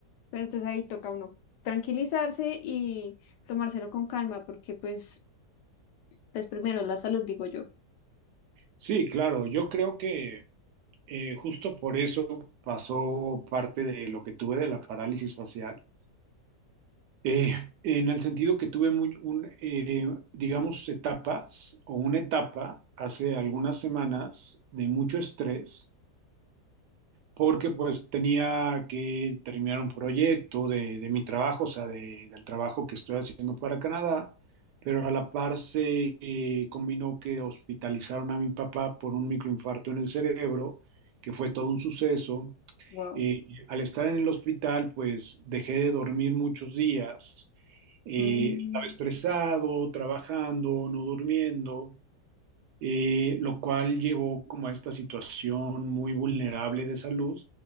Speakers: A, on the left; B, on the right.
A: Pero entonces ahí toca uno tranquilizarse y tomárselo con calma, porque pues, pues primero la salud, digo yo.
B: sí, claro. Yo creo que eh, justo por eso pasó parte de lo que tuve de la parálisis facial. Eh, en el sentido que tuve muy- un, eh, digamos, etapas o una etapa hace algunas semanas de mucho estrés porque pues tenía que terminar un proyecto de, de mi trabajo, o sea, de- del trabajo que estoy haciendo para Canadá, pero a la par se eh, combinó que hospitalizaron a mi papá por un microinfarto en el cerebro, que fue todo un suceso.
A: Wow.
B: Eh, al estar en el hospital, pues dejé de dormir muchos días. Eh,
A: Mm,
B: estaba estresado, trabajando, no durmiendo eh, lo cual llevó como a esta situación muy vulnerable de salud